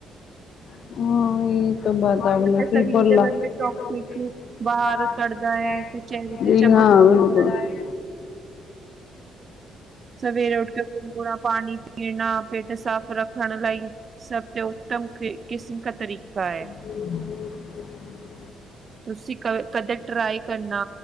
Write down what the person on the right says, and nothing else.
ਸਰੀਰ ਦੇ
ਗੰਦੇ ਟੌਕਸਿਕ ਬਾਹਰ ਕੱਢਦਾ
ਹੈ ਤੇ ਚਿਹਰੇ ਤੇ ਚਮਕ ਲਾਉਂਦਾ ਹੈ ਸਵੇਰੇ ਉੱਠ ਕੇ ਗੁਨਗੁਨਾ ਪਾਣੀ ਪੀਣਾ ਪਿੱਟ ਸਾਫ਼ ਰੱਖਣ ਲਈ ਸਭ ਤੋਂ ਉੱਤਮ ਕਿਸਮ ਕਾ ਤਰੀਕਾ ਹੈ।
ਤੁਸੀ ਕਦੇ ਟਰਾਈ ਕਰਨਾ